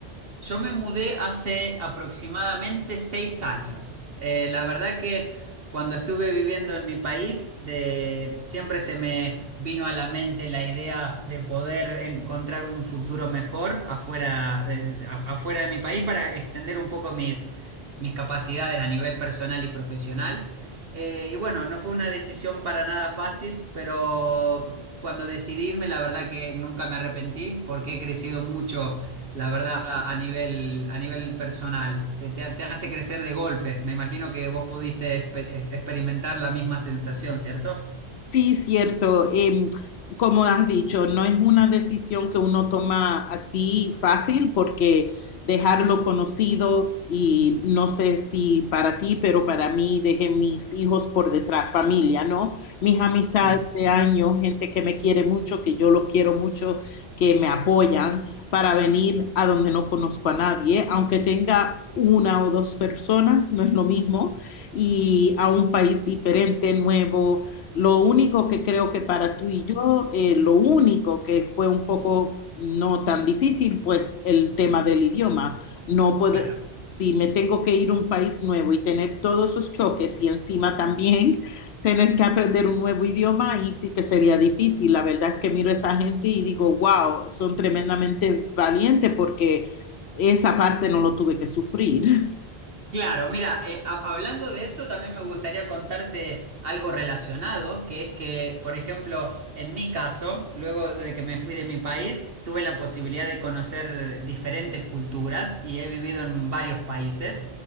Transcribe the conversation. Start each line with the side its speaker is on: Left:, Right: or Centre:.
Right: Yo me mudé hace aproximadamente seis años. Eh, la verdad que cuando estuve viviendo en mi país, de- siempre se me vino a la mente la idea de poder encontrar un futuro mejor afuera de, a- afuera de mi país para extender un poco mis, mis capacidades a nivel personal y profesional. Eh, y bueno, no fue una decisión para nada fácil, pero cuando decidí irme, la verdad que nunca me arrepentí porque he crecido mucho la verdad, a nivel, a nivel personal, te, te- te hace crecer de golpe. Me imagino que vos pudiste exper- eh, experimentar la misma sensación, ¿cierto?
Left: Sí, cierto. Em, como has dicho, no es una decisión que uno toma así fácil porque dejarlo conocido y no sé si para ti, pero para mí dejé mis hijos por detrás, familia, ¿no? Mis amistades
Right: Sí,
Left: de años, gente que me quiere mucho, que yo los quiero mucho, que me apoyan para venir a donde no conozco a nadie, aunque tenga una o dos personas, no es lo mismo, y a un país diferente, nuevo lo único que creo que para tú y yo, eh, lo único que fue un poco no tan difícil, pues el tema del idioma. No puedo,
Right: claro.
Left: si me tengo que ir a un país nuevo y tener todos esos choques y encima también <laughs> tener que aprender un nuevo idioma, ahí sí que sería difícil. La verdad es que miro a esa gente y digo, wow, son tremendamente valientes porque esa parte no lo tuve que sufrir. <laughs>
Right: Claro, mira, eh, ha- hablando de eso, también me gustaría contarte algo relacionado, que es que, por ejemplo, en mi caso, luego de que me fui de mi país, tuve la posibilidad de conocer diferentes culturas y he vivido en varios países,